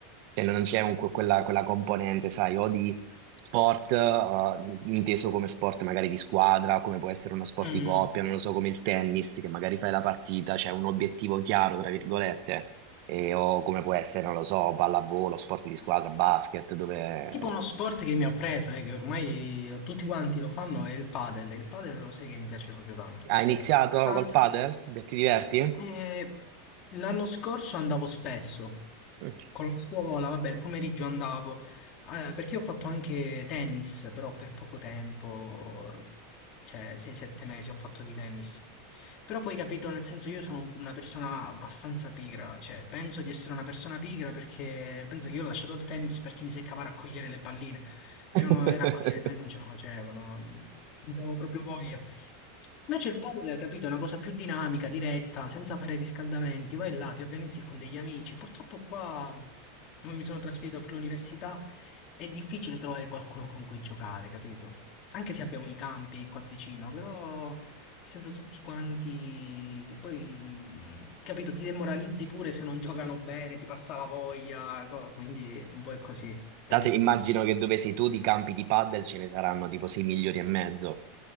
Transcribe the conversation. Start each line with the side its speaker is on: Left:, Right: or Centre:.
Right: Cioè, non c'è un- quella, quella componente, sai, o di sport, eh, inteso come sport magari di squadra, come può essere uno sport
Left: Mm,
Right: di coppia, non lo so, come il tennis, che magari fai la partita, c'è un obiettivo chiaro, tra virgolette e- o come può essere, non lo so, pallavolo, sport di squadra, basket, dove...
Left: Tipo uno sport che mi ha preso, eh, che ormai tutti quanti lo fanno, è il padel. Il padel lo sai che mi piace proprio tanto,
Right: Hai
Left: cioè,
Right: iniziato
Left: ho tante...
Right: col padel? Beh, Ti diverti?
Left: E L'anno scorso andavo spesso
Right: Mm.
Left: con la scuola, vabbè, il pomeriggio andavo Eh, perché ho fatto anche tennis, però per poco tempo, cioè 6-7 mesi ho fatto di tennis. Però poi capito, nel senso io sono una persona abbastanza pigra, cioè penso di essere una persona pigra perché penso che io ho lasciato il tennis perché mi seccava a raccogliere le palline. Il
Right: <laughs>
Left: giorno era a raccogliere, e non ce la facevo, no? Non avevo proprio voglia. Invece il padel, capito, è una cosa più dinamica, diretta, senza fare riscaldamenti, vai là, ti organizzi con degli amici. Purtroppo qua, come mi sono trasferito per l'università, è difficile trovare qualcuno con cui giocare, capito? Anche se abbiamo i campi qua vicino, però nel senso tutti quanti, poi, mh, capito, ti demoralizzi pure se non giocano bene, ti passa la voglia, co- quindi un po' è così, capito?
Right: Tanto immagino che dove sei tu di campi di padel ce ne saranno tipo 6 milioni e mezzo.